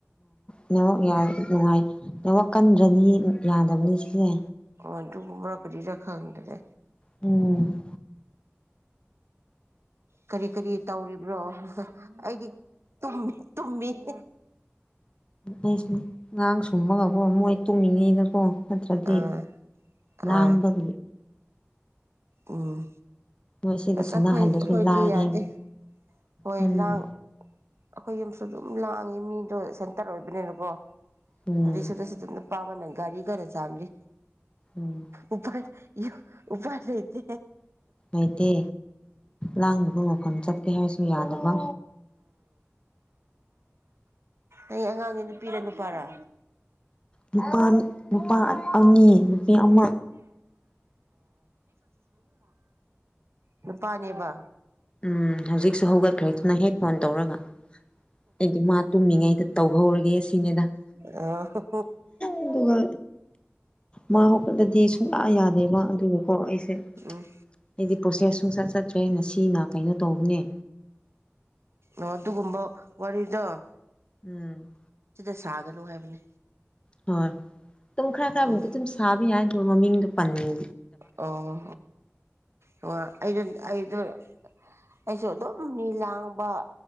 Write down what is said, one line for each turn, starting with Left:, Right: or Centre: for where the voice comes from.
Left: ꯅꯦꯠꯋꯣꯛ ꯌꯥꯏ ꯅꯨꯡꯉꯥꯏ ꯅꯦꯠꯋꯥꯛ ꯀꯟꯗ꯭ꯔꯅꯤ ꯌꯥꯗꯕꯅꯤ ꯁꯤꯗꯤ
Right: ꯋꯥꯟ ꯑꯗꯨꯒꯨꯝꯕꯔꯥ ꯀꯔꯤꯔꯥ ꯈꯪꯗ꯭ꯔꯦ
Left: ꯎꯝ
Right: ꯀꯔꯤ ꯀꯔꯤ ꯇꯧꯔꯤꯕ꯭ꯔꯣ ꯑꯩꯗꯤ ꯇꯨꯡꯃꯤ ꯇꯨꯡꯃꯤ <inaudible>
Left: ꯑꯩꯁꯨ ꯉꯥꯡ ꯁꯨꯝꯃꯒꯀꯣ ꯃꯣꯏ ꯇꯨꯝꯃꯤꯉꯩ ꯀꯣ ꯅꯠꯇ꯭ꯔꯗꯤ
Right: ꯑꯥ ꯍꯣꯏ
Left: ꯂꯥꯡꯕꯒꯤ
Right: ꯎꯝ
Left: ꯃꯣꯏ ꯁꯤꯒ
Right: ꯑꯁ
Left: ꯁꯥꯟꯅꯍꯜꯂꯁꯨ
Right: ꯑꯈꯣꯏ ꯑꯈꯣꯏꯗꯤ
Left: ꯂꯥꯡꯉꯦꯕ
Right: ꯌꯥꯗꯦ ꯍꯣꯏ
Left: ꯎꯝ
Right: ꯂꯥꯡ ꯑꯩꯈꯣꯏ ꯌꯨꯝꯁꯨ ꯑꯗꯨꯝ ꯂꯥꯡꯉꯤ ꯃꯤꯗꯣ ꯁꯦꯟꯇꯔ ꯑꯣꯏꯕꯅꯦꯅꯀꯣ
Left: ꯎꯝ
Right: ꯍꯧꯖꯤꯛꯁꯨꯗ ꯁꯤꯗꯅ ꯅꯨꯄꯥ ꯑꯃ ꯒꯥꯔꯤ ꯀꯟꯅ ꯆꯥꯝꯂꯤ
Left: ꯎꯝ
Right: ꯎꯄꯥꯏ ꯂꯩꯇꯦ
Left: ꯂꯩꯇꯦ ꯂꯥꯡꯕꯒ ꯃꯐꯝ ꯆꯠꯀꯦ ꯍꯥꯏꯔꯁꯨ ꯌꯥꯗꯕ
Right: ꯑꯩ ꯑꯉꯥꯡꯒꯤ ꯅꯨꯄꯤꯔ ꯅꯨꯄꯥꯔꯥ
Left: ꯅꯨꯄꯥ ꯅꯨꯄꯥ ꯑꯅꯤ ꯅꯨꯄꯤ ꯑꯃ
Right: ꯅꯨꯄꯥ ꯅꯦꯕ
Left: ꯎꯝ ꯍꯧꯖꯤꯛꯁꯨ ꯍꯧꯒꯠꯈ꯭ꯔꯦ ꯑꯗꯨꯅ ꯍꯦꯛ ꯐꯣꯟ ꯇꯧꯔꯒ ꯑꯩꯗꯤ ꯃꯥ ꯇꯨꯝꯃꯤꯉꯩꯗ ꯇꯧꯍꯧꯔꯒꯦ ꯁꯤꯅꯤꯗ
Right: ꯑꯣ
Left: ꯑꯗꯨꯒ ꯃꯥ ꯍꯧꯒꯠꯂꯗꯤ ꯁꯨꯡꯌꯥ ꯌꯥꯗꯦꯕ ꯑꯗꯨꯗꯀꯣ ꯑꯩꯁꯦ
Right: ꯎꯝ
Left: ꯑꯩꯗꯤ ꯄ꯭ꯔꯣꯁꯦꯁ ꯁꯨꯡꯆꯠ ꯆꯠꯇ꯭ꯔꯦ ꯉ ꯁꯤꯅ ꯀꯩꯅꯣ ꯇꯧꯕꯅꯦ
Right: ꯑꯣ ꯑꯗꯨꯒꯨꯝꯕ ꯋꯥꯔꯤꯗꯣ
Left: ꯎꯝ
Right: ꯁꯥꯒꯅꯣ ꯍꯥꯏꯕꯅꯦ
Left: ꯍꯣꯏ ꯑꯗꯨꯝ ꯈꯔ ꯈꯔꯕꯨꯗꯤ
Right: ꯑꯣ
Left: ꯑꯗꯨꯝ ꯁꯥꯕ ꯌꯥꯏ ꯑꯗꯨꯒ ꯃꯃꯤꯡꯗꯣ ꯄꯟꯅꯤꯡ
Right: ꯑꯣ ꯑꯣ ꯑꯩꯗꯣ ꯑꯩꯗꯣ ꯑꯩꯁꯨ ꯑꯗꯨꯝ ꯃꯤ ꯂꯥꯡꯕ